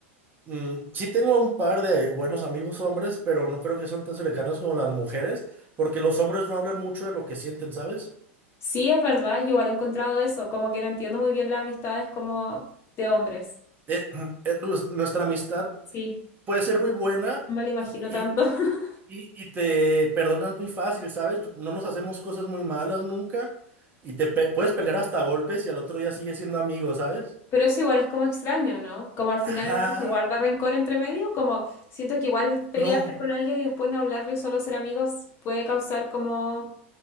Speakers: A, on the right; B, on the left.
A: mm, sí tengo un par de buenos amigos hombres, pero no creo que sean tan cercanos como las mujeres, porque los hombres no hablan mucho de lo que sienten, ¿sabes?
B: Sí, es verdad, yo igual he encontrado eso, como que no entiendo muy bien las amistades como de hombres.
A: Eh, <clears throat> eh, nues- nuestra amistad
B: Sí,
A: puede ser muy buena
B: no me lo imagino
A: y,
B: tanto. <laughs>
A: y, y te perdonas muy fácil, ¿sabes? No nos hacemos cosas muy malas nunca y te pe- puedes pelear hasta a golpes y al otro día sigues siendo amigos, ¿sabes?
B: Pero eso igual es como extraño, ¿no? Como al final
A: Ajá,
B: se guarda rencor entre medio, como siento que igual pelearte
A: no,
B: con alguien y después no hablarlo y solo ser amigos puede causar como,